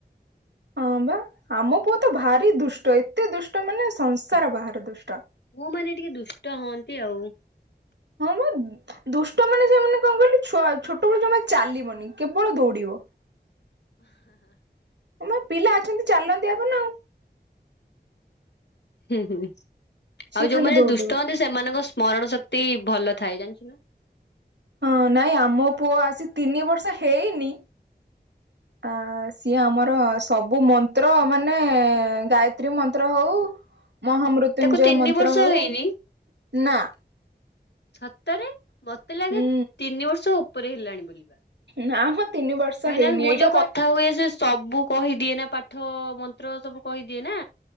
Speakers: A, on the right; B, on the left.
A: ହଁ ବା ଆମ ପୁଅ ତ ଭାରି ଦୁଷ୍ଟ ଏତେ ଦୁଷ୍ଟ ମାନେ ସଂସାର ବାହାର ଦୁଷ୍ଟ।
B: ପୁଅ ମାନେ ଟିକେ ଦୁଷ୍ଟ ହୁଅନ୍ତି ଆଉ।
A: ହଁ ବା। ଦୁଷ୍ଟ ମାନେ ସେମାନେ କଣ କହିଲୁ ଛୋଟବେଳୁ ଜମା ଚାଲିବନି କେବଳ ଦୌଡିବ। ହଁ ବା ପିଲା ଅଛନ୍ତି ଚାଲନ୍ତି ଆଗ ନା ଆଉ।
B: ହୁଁ ହୁଁ
A: ସିଏ
B: ଆଉ
A: ଖାଲି
B: ଯୋଉମାନେ
A: ଦୌଡିବ।
B: ଦୁଷ୍ଟ ହୁଅନ୍ତି ସେମାନଙ୍କ ସ୍ମରଣ ଶକ୍ତି ଭଲ ଥାଏ ଜାଣିଛ ନା।
A: ହଁ ନାଇଁ ଆମ ପୁଅ ଆସି ତିନି ବର୍ଷ ହେଇନି।
B: <inaudible>
A: ଆ ସିଏ ଆମର ସବୁ ମନ୍ତ୍ର ମାନେ ଗାୟତ୍ରୀ ମନ୍ତ୍ର ହଉ। ମହାମୃତ୍ୟୁଞ୍ଜୟ
B: ତାକୁ ତିନି
A: ମନ୍ତ୍ର
B: ବର୍ଷ
A: ହଉ
B: ହେଇନି
A: ନା
B: ସତରେ ମତେ ଲାଗେ
A: ହୁଁ
B: ତିନି ବର୍ଷ ଉପରେ ହେଲାଣି ବଲିବା
A: ନା ମ ତିନି ବର୍ଷ
B: କାହିଁକି
A: ହେଇନି
B: ନା ମୁଁ
A: ଏଇଟା
B: ଯୋଉ
A: ବା
B: କଥା ହୁଏ ସେ ସବୁ କହିଦିଏ ନା ପାଠ ମନ୍ତ୍ର ସବୁ କହିଦିଏ ନା